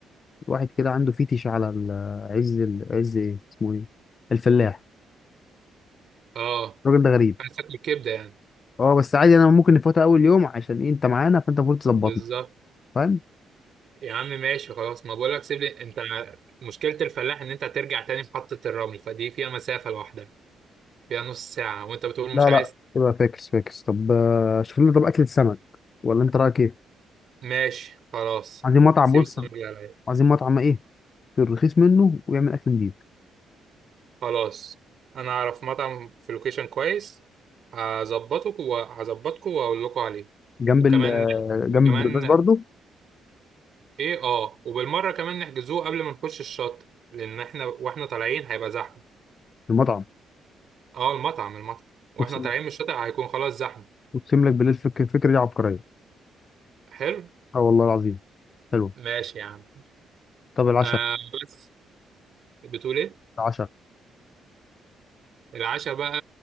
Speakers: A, on the left (about 45°); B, on the right (about 60°).
A: واحد كده عنده فيتش على ال- عز ال- عز إيه اسمه إيه الفلاح
B: اه
A: الراجل ده غريب
B: عايز تاكل كبدة يعني
A: أه بس عادي أنا ممكن نفوتها أول يوم عشان إيه أنت معانا فأنت المفروض تظبطني
B: بالظبط
A: فاهم؟
B: يا عم ماشي خلاص ما بقولك سيب لي انت مشكلة الفلاح ان انت هترجع تاني محطة الرمل فدي فيها مسافة لوحدها فيها نص ساعة وانت بتقول
A: لا
B: مش عايز
A: لا يبقى فاكس فاكس طب آه، شوف لنا طب أكلة سمك ولا أنت رأيك إيه؟
B: ماشي خلاص
A: عايزين مطعم
B: سيب
A: بص
B: السمك اللي عليا
A: عايزين مطعم إيه؟ في الرخيص منه ويعمل أكل نضيف
B: خلاص انا اعرف مطعم في لوكيشن كويس هظبطك وهظبطكوا واقول لكم عليه
A: جنب
B: وكمان
A: ال آه، جنب
B: وكمان
A: البرجاز برضو
B: ايه اه وبالمرة كمان نحجزوه قبل ما نخش الشط لان احنا واحنا طالعين هيبقى زحمة
A: في المطعم
B: اه المطعم المطعم واحنا
A: اقسم
B: طالعين من الشاطئ هيكون خلاص زحمة
A: اقسم لك بالله الفك- الفكره دي عبقريه
B: حلو
A: اه والله العظيم حلو
B: ماشي يا عم
A: طب العشاء
B: آه بس بتقول ايه
A: العشاء
B: العشاء بقى